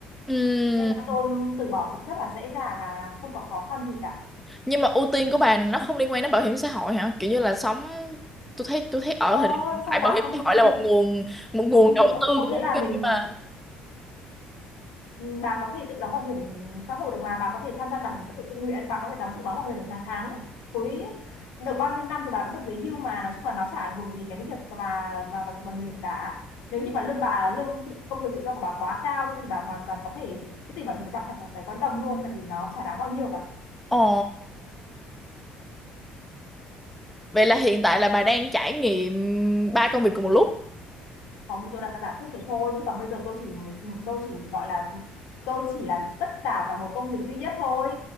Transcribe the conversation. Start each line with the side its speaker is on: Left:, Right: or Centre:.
Centre: Ừm
Left: nên là tôi từ bỏ cũng rất là dễ dàng à không có khó khăn gì cả
Centre: nhưng mà ưu tiên của bà nó không liên quan đến bảo hiểm xã hội hả kiểu như là sống tôi thấy tôi thấy ở
Left: ơ
Centre: thời điểm hiện
Left: sao
Centre: tại
Left: bà
Centre: bảo hiểm
Left: không
Centre: xã hội
Left: không
Centre: là một nguồn một nguồn
Left: bà không
Centre: đầu
Left: hiểu ạ
Centre: tư
Left: có
Centre: cũng
Left: nghĩa
Centre: ok
Left: là mình
Centre: mà
Left: ừ, bà có thể tự đóng bảo hiểm xã hội được mà bà có thể tham gia bảo hiểm xã hội tự nguyện bà có thể đóng tự đóng bảo hiểm hàng tháng cuối được bao nhiêu năm thì bà vẫn được về hưu mà nói chung là nó chả ảnh hưởng gì cái việc và và và bà, bà, bảo hiểm cả nếu như mà lương bà lương tự, công việc tự do của bà quá cao thì bà hoàn toàn có thể cái tiền bảo hiểm bà chẳng cần phải quan tâm luôn tại vì nó chả đáng bao nhiêu cả
Centre: ồ vậy là hiện tại là bà đang trải nghiệm ba công việc cùng một lúc
Left: không tôi đặt ra giả thuyết thế thôi chứ còn bây giờ tôi chỉ tôi chỉ gọi là tôi chỉ là tất cả vào một công việc duy nhất thôi